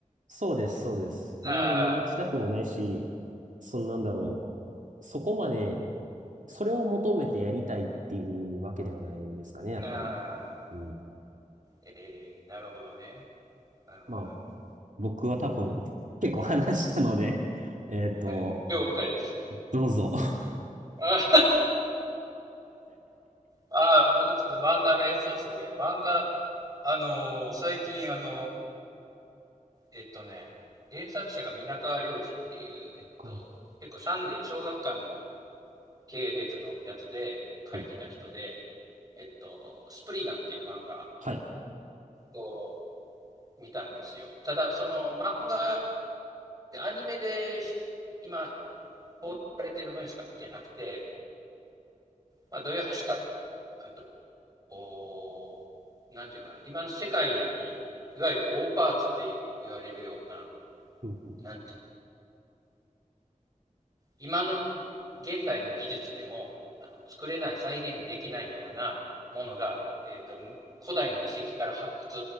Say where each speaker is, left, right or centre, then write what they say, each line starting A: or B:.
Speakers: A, on the right (about 65°); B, on the right (about 25°).
A: そうです、そうです。あんまり無駄したくもないし、
B: あ
A: そんなんだろう。そこまでそれを求めてやりたいっていうわけではないですかね、やっぱり。
B: あ、ああ。
A: うん。
B: えー、なるほどね。なるほど、
A: まあ、
B: なるほど。
A: 僕は多分結構話したので、<laughs> えっと、
B: はい。了解です。
A: どうぞ。<laughs>
B: ああー、僕、漫画ね、そうそうで、漫画、あのー最近、あのーえっとね、原作者が皆川亮司っていう、
A: は
B: えっと、結構サンデー、小学館の系列のやつで書いてた人で、
A: い。
B: えっと、スプリガンっていう漫画
A: はい。
B: を見たんですよ。ただ、その漫画、アニメで今、放送されてる分しか見てなくて、まあ、どういう話かっあとこうなんていうんだ今の世界に、いわゆる大パーツって言われるような、
A: うんうん
B: なんて、今の現代の技術でもあの作れない、再現できないようなものが、えっと、古代の遺跡から発掘